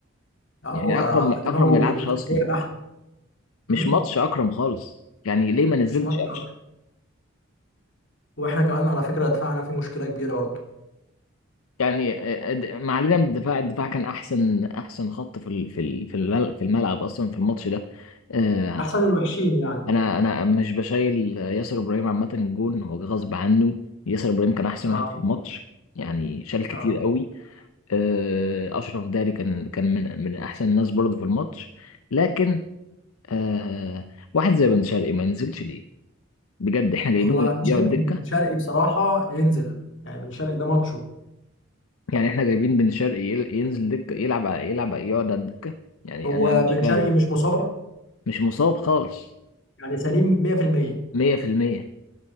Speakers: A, on the left; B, on the left.
A: اه
B: يعني
A: هو
B: اكرم اكرم
A: دماغه
B: ما يلعبش
A: دفاعيه
B: اصلا
A: بحته امم
B: مش ماتش اكرم خالص يعني ليه ما نزلتش
A: مش ماتش اكتر واحنا كمان على فكره دفاعنا في مشكله كبيره برضه
B: يعني آه، د- ما علينا من الدفاع الدفاع كان احسن احسن خط في ال- في ال- في الملعب في الملعب اصلا في الماتش ده آه،
A: احسن الوحشين يعني
B: انا انا مش بشايل ياسر ابراهيم عامه الجون هو جه غصب عنه ياسر ابراهيم كان احسن
A: اه
B: واحد في الماتش يعني شال كتير
A: اه
B: قوي آه، اشرف داري كان كان من من احسن الناس برضه في الماتش لكن آه، واحد زي بن شرقي ما نزلش ليه بجد احنا جايبينه
A: هو انا
B: يقعد
A: شايف
B: دكه
A: ان بن شرقي بصراحه ينزل يعني بن شرقي ده ماتشه
B: يعني احنا جايبين بن شرقي يل- ينزل دكه يلعب على- يلعب يقعد على الدكه يعني
A: هو
B: انا مش
A: بن
B: فاهم
A: شرقي مش مصاب
B: مش مصاب خالص
A: يعني سليم 100%
B: 100%